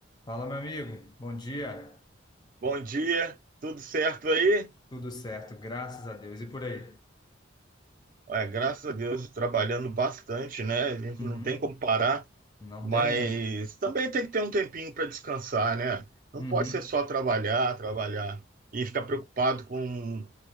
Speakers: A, on the left; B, on the right.
A: Fala, meu amigo. Bom dia.
B: Bom dia, tudo certo aí?
A: Tudo certo, graças a Deus. E por aí?
B: Ué, graças a Deus, trabalhando bastante, né? A gente
A: Uhum.
B: não tem como parar,
A: Não
B: mas
A: tem mesmo.
B: também tem que ter um tempinho para descansar, né? Não
A: Uhum.
B: pode ser só trabalhar, trabalhar e ficar preocupado com.